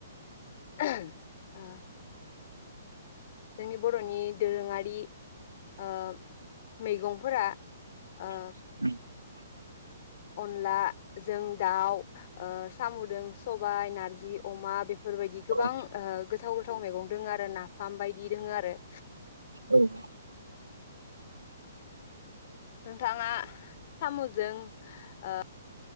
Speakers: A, on the left; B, on the right.
A: <unintelligible> जोंनि बर'नि दोरोङारि ओ मैगंफोरा ओ
B: <unintelligible>
A: अनला जों दाउ ओ साम'जों सबाय नारजि अमा बे बेफोरबायदि गोबां
B: औ
A: ओ गोथाव गो थ मैगं रोङो आरो नाफाम बायदि रोङो आरो
B: ओं
A: नोंथाङा साम'जों ओ